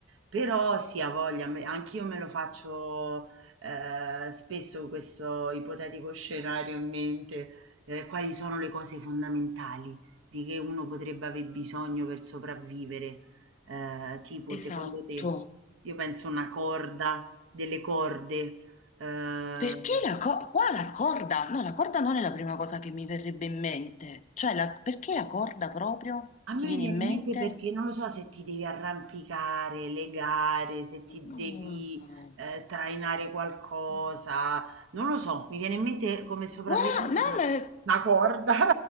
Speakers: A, on the right; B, on the left.
A: Però sì, ha voglia, me- anch'io me lo faccio ehm, spesso questo ipotetico scenario in mente, ehm, quali sono le cose fondamentali di che uno potrebbe aver bisogno per sopravvivere. Ehm, tipo
B: Esatto.
A: secondo te, io penso una corda, delle corde, ehm
B: Perché la corda? Qua la corda? No, la corda non è la prima cosa che mi verrebbe in mente. Cioè, la- perché la corda proprio
A: A me
B: ti viene
A: mi viene
B: in mente?
A: in mente perché non lo so se ti devi arrampicare, legare, se ti
B: Mm.
A: devi eh, trainare qualcosa, non lo so, mi viene in mente come sopravvivenza
B: Wow, no,
A: una,
B: ma
A: una corda.